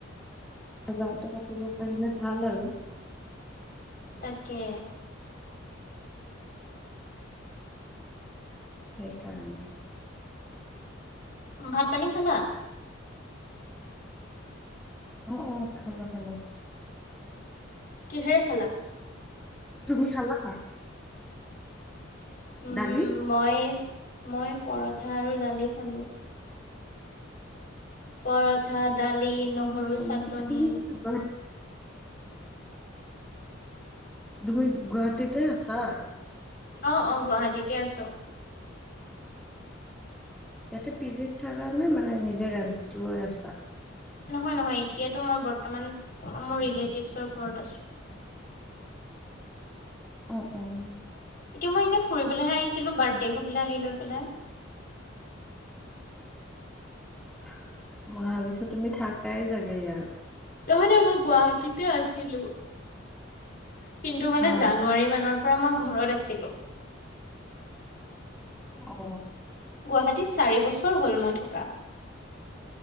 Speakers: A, in the centre; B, on the left.
A: বজাৰতে কাতিব পাৰিলে ভাল আৰু
B: তাকে
A: সেই কাৰণে
B: ভাত-পানী খালা?
A: অ অ খালোঁ খালোঁ
B: কিহেৰে খালা?
A: তুমি খালা
B: উম!
A: দালি
B: মই মই পৰঠা আৰু দালি খালোঁ। পৰঠা দালি নহৰু
A: তুমি
B: চাটনি
A: তুমি গুৱাহাটী তুমি গুৱাহাটীতে আছা?
B: অ অ গুৱাহাটীতে আছোঁ।
A: ইয়াতে পি জিত থকা নহয় মানে নিজে ৰেণ্ট লৈ আছা?
B: নহয় নহয় এতিয়াতো মই বৰ্তমান মোৰ ৰিলেটিভছৰ ঘৰত আছোঁ।
A: <inaudible> উম! উম!
B: এতিয়া মই এনে ফুৰিবলৈহে আহিছিলোঁ বাৰ্থডে খাবলৈ আহি লৈ পেলাই
A: <inaudible> মই ভাবিছোঁ তুমি থাকাই চাগে ইয়াত
B: নহয়, নহয় মই গুৱাহাটিতে আছিলোঁ কিন্তু মানে
A: হা
B: জানুৱাৰী মানৰ পৰা মই ঘৰত আছিলোঁ।
A: অ,
B: গুৱাহাটীত চাৰি বছৰ হ'ল মই থকা।